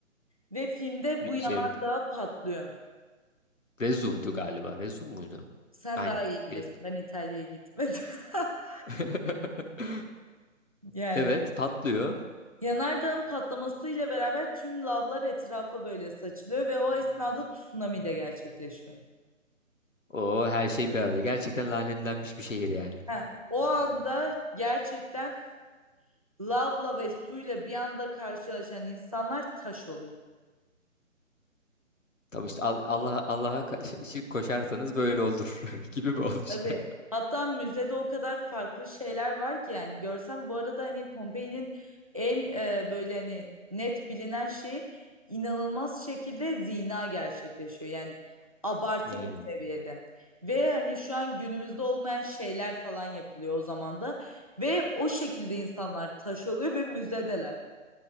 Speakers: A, on the right (about 30°); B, on the left (about 70°).
A: ve filmde
B: Re-
A: bu yanardağ
B: Şey
A: patlıyor.
B: Rezuv'du galiba. Rezuv muydu?
A: Sen
B: Aynen.
A: daha iyi bilirsin.
B: Ya da-
A: Ben İtalya'ya gitmedim. <laughs>
B: <laughs>
A: Yani
B: Evet patlıyor.
A: yanardağın patlamasıyla beraber tüm lavlar etrafa böyle saçılıyor ve o esnada tsunami de gerçekleşiyor.
B: O her şey bir arada. Gerçekten lanetlenmiş bir şehir yani.
A: Ha, o anda gerçekten lavla ve suyla bir anda karşılaşan insanlar taş oluyor.
B: Tam işte Al- Allah Allah'a ka- şi- şirk koşarsanız böyle olur <laughs> gibi bir oluş.
A: Tabii.
B: <laughs>
A: Hatta müzede o kadar farklı şeyler var ki yani görsem bu arada hani Pompei'nin en e, böyle hani net bilinen şeyi inanılmaz şekilde zina gerçekleşiyor. Yani abartı
B: Hmm.
A: bir seviyede. Ve hani şu an günümüzde olmayan şeyler falan yapılıyor o zaman da ve o şekilde insanlar taş oluyor ve müzedeler.